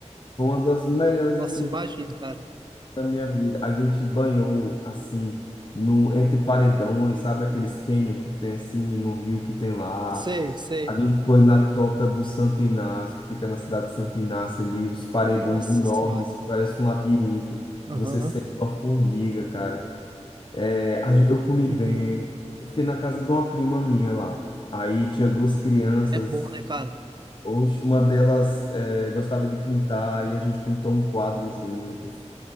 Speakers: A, on the left; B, on the right.
A: Foi uma das melhores
B: Nossa,
A: assim
B: eu
A: vi-
B: imagino, cara.
A: da minha vida. A gente banhou assim no entre paredões, sabe aqueles cânion que tem assim no rio que tem lá.
B: Sei, sei.
A: A gente foi na Toca do Santo Inácio, que fica na cidade de Santo Inácio ali, os paredões
B: Nossa
A: enormes,
B: senhora.
A: que parece um labirinto.
B: Aham.
A: Você sente uma formiga, cara. É, a gen- eu comi
B: Uhum.
A: bem. Eu fiquei na casa de uma prima minha lá. Aí tinha duas crianças.
B: É bom, né, cara?
A: Oxe, uma delas é, gostava de pintar e a gente pintou um quadro juntos.